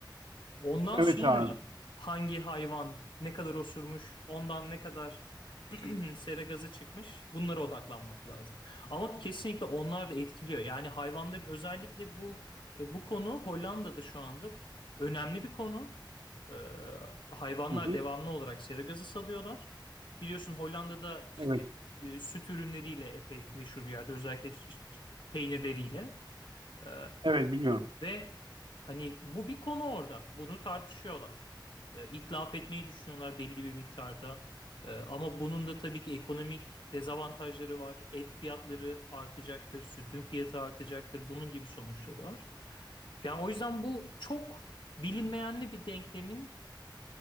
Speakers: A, on the left; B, on the right.
A: Ondan
B: Evet
A: sonra
B: abi.
A: hangi hayvan ne kadar osurmuş, ondan ne kadar <clears throat> sera gazı çıkmış bunlara odaklanmak lazım. Ama kesinlikle onlar da etkiliyor. Yani hayvanların özellikle bu e, bu konu Hollanda'da şu anda önemli bir konu. Ee, hayvanlar
B: Hı hı.
A: devamlı olarak sera gazı salıyorlar. Biliyorsun Hollanda'da işte
B: Evet.
A: e, süt ürünleriyle epey meşhur bir yerde özellikle ç- ç- peynirleriyle. Ee,
B: Evet biliyorum.
A: ve hani bu bir konu orada. Bunu tartışıyorlar. Ee, itlaf etmeyi düşünüyorlar belli bir miktarda. Ee, ama bunun da tabii ki ekonomik dezavantajları var. Et fiyatları artacaktır, sütün fiyatı artacaktır. Bunun gibi sonuçları var. Yani o yüzden bu çok bilinmeyenli bir denklemin